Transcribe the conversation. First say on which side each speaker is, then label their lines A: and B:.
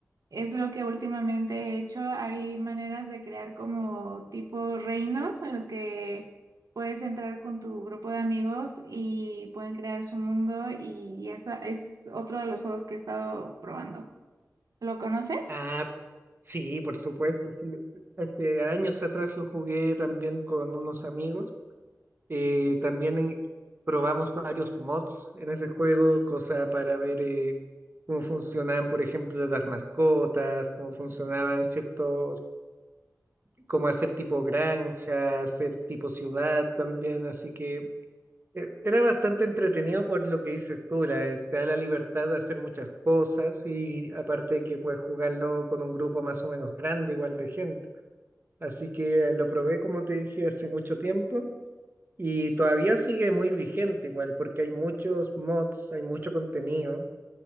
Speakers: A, on the right (about 75°); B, on the right (about 35°).
A: es lo que últimamente he hecho. Hay maneras de crear como tipo reinos en los que puedes entrar con tu grupo de amigos y pueden crear su mundo y eso es otro de los juegos que he estado probando. ¿Lo conoces?
B: Ah, sí, por supuesto. sí, lo- Hace años atrás lo jugué también con unos amigos. Eh, también en- probamos varios mods en ese juego, cosa para ver eh, cómo funcionaban, por ejemplo, las mascotas, cómo funcionaban ciertos, cómo hacer tipo granja, hacer tipo ciudad también, así que eh, era bastante entretenido por lo que dices tú, la- eh, te da la libertad de hacer muchas cosas y aparte que puedes jugarlo con un grupo más o menos grande, igual de gente. Así que eh, lo probé, como te dije, hace mucho tiempo y todavía sigue muy vigente igual, porque hay muchos mods, hay mucho contenido,